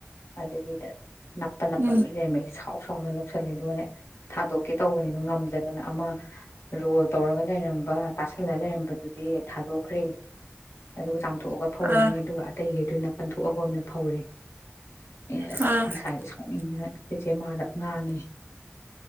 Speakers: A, on the left; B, on the right.
A: ꯑꯗꯨꯒꯤꯗ ꯅꯞꯄ ꯅꯞꯄ
B: ꯎꯝ
A: ꯂꯣꯏ ꯂꯩꯔꯝꯃꯦꯩꯁꯦ ꯁꯥꯎ ꯁꯥꯎꯅ ꯂ ꯇꯧꯁꯜꯂꯦꯗꯣꯅꯦ ꯊꯥꯗꯣꯛꯀꯦ ꯇꯧꯕꯅꯤꯅꯣ ꯉꯝꯗꯗꯅ ꯑꯃ ꯔꯣꯜ ꯇꯧꯔꯒ ꯂꯩꯔꯝꯕ ꯇꯥꯁꯜꯂ ꯂꯩꯔꯝꯕꯗꯨꯗꯤ ꯊꯥꯗꯣꯛꯈ꯭ꯔꯦ ꯑꯗꯨꯒ ꯆꯥꯝꯊꯣꯛꯑꯒ ꯐꯧꯔꯝꯃꯦ
B: ꯑ
A: ꯑꯗꯨꯒ ꯑꯇꯩꯈꯩꯗꯨꯅ ꯀꯟꯊꯣꯛꯑꯒ ꯑꯣꯏꯅ ꯐꯧꯔꯦ ꯑꯦ ꯑꯁ
B: ꯑ
A: ꯉꯁꯥꯏꯗ ꯁꯣꯛꯅꯤꯡꯗꯅ ꯁꯤꯁꯦ ꯃꯥꯗ ꯉꯥꯡꯉꯤ